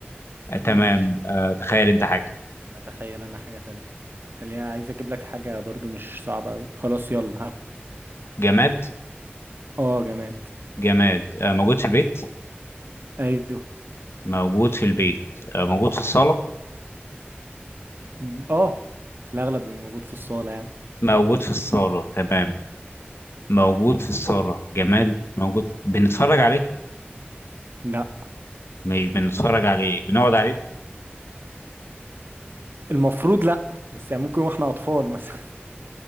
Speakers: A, on the left (about 80°); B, on the right (about 60°).
A: آه تمام
B: ماشي
A: آه تخيل انت حاجة
B: اتخيل انا حاجة تانية خليني عايز اجيب لك حاجة برضو مش صعبة اوي خلاص يلا ها
A: جماد
B: اه جماد
A: جماد آه موجود في البيت
B: ايوه
A: موجود في البيت آه موجود في الصالة
B: م- اه في الاغلب بيبقى موجود في الصالة يعني
A: موجود في الصالة تمام موجود في الصالة جماد موجود بنتفرج عليه
B: لا
A: مش بنتفرج عليه بنقعد عليه
B: المفروض لا بس يعني ممكن واحنا اطفال مثلا